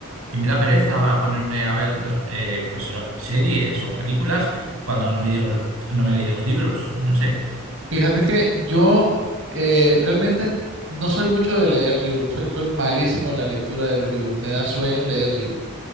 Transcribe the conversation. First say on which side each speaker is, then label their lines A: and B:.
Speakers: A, on the right; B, on the right.
A: Y me da pereza ahora ponerme a ver las, eh, pues eso, series o películas cuando no me, he leído- no me he leído los libros, no sé.
B: Fíjate que yo eh, realmente no soy mucho de leer libros, soy, soy malísimo en la lectura de los libros, me da sueño leer libros.